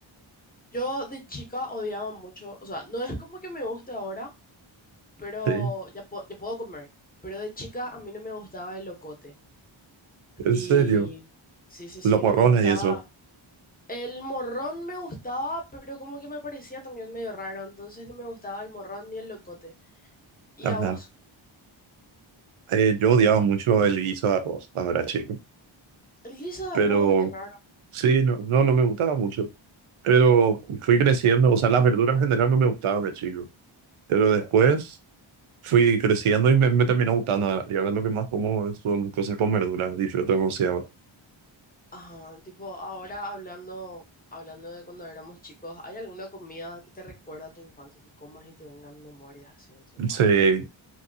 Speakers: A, on the left (about 20°); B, on the right (about 80°).
A: Yo de chica odiaba mucho, o sea, no es como que me guste ahora, pero
B: Sí,
A: ya, po- ya puedo comer. Pero de chica a mí no me gustaba el locote.
B: en
A: Y
B: serio,
A: sí, sí, sí,
B: los morrones
A: no me gustaba.
B: y eso.
A: El morrón me gustaba, pero como que me parecía también medio raro, entonces no me gustaba el morrón ni el locote. ¿Y
B: Ajá.
A: a vos?
B: Eh, yo odiaba mucho el guiso de arroz cuando era chico,
A: El guiso de
B: pero
A: arroz, qué raro.
B: sí, no, no, no me gustaba mucho. Pero fui creciendo, o sea, las verduras en general no me gustaban de chico. Pero después fui creciendo y me, me terminó gustando. Y ahora lo que más como son cosas con verduras, disfruto demasiado.
A: Ajá, tipo, ahora hablando, hablando de cuando éramos chicos, ¿hay alguna comida que te recuerda a tu infancia, que comas y te vengan memorias así de tu infancia?
B: sí